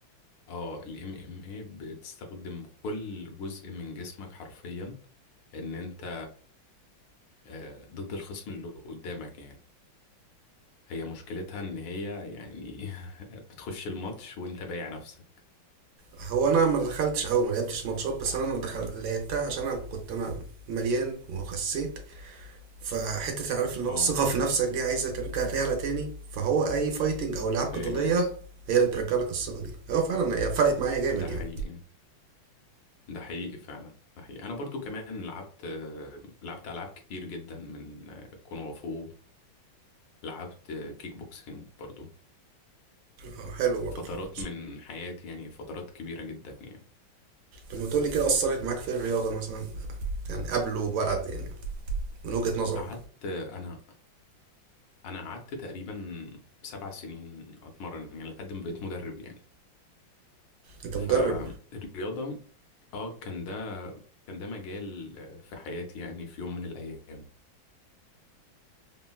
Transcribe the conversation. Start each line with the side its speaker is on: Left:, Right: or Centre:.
Left: اه الام ام ايه بتستخدم كل جزء من جسمك حرفيا ان انت آه، ضد الخصم اللي قدامك يعني هي مشكلتها ان هي يعني <laughs> بتخش الماتش وانت بايع نفسك
Right: هو أنا ما دخلتش أوي ما لعبتش ماتشات بس أنا دخل... لعبتها عشان أنا كنت أنا مليان وخسيت فحتة عارف اللي
Left: اه
Right: هو الثقة في نفسك دي عايزة ترجع تعلى تاني فهو أي فايتنج أو ألعاب قتالية
Left: فاهم قصدك
Right: هي اللي بترجع لك الثقة دي هو فعلا هي فرقت معايا جامد
Left: ده حقيقي
Right: يعني
Left: ده حقيقي فعلا ده حقيقي انا برضو كمان لعبت لعبت العاب كتير جدا من كونغ فو لعبت كيك بوكسينج برضو
Right: اه حلو برضه
Left: فترات
Right: كيكو
Left: من حياتي يعني فترات كبيرة جدا يعني
Right: لما تقولي كده أثرت معاك في الرياضة مثلا يعني قبل وبعد يعني من وجهة نظرك
Left: قعدت انا انا قعدت تقريبا سبع سنين اتمرن يعني لحد ما بقيت مدرب يعني
Right: أنت
Left: فالرياضة
Right: مدرب
Left: اه كان ده كان ده مجال في حياتي يعني في يوم من الايام